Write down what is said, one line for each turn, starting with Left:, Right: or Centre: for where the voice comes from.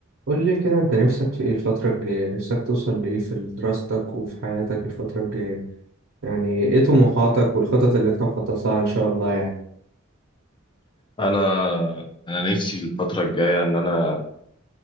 Right: قول لي كده انت نفسك في ايه الفترة الجاية نفسك توصل لايه في دراستك وفي حياتك الفترة الجاية يعني ايه طموحاتك والخطط اللي انت مخطط لها ان شاء الله يعني
Left: انا انا نفسي الفتره الجايه ان انا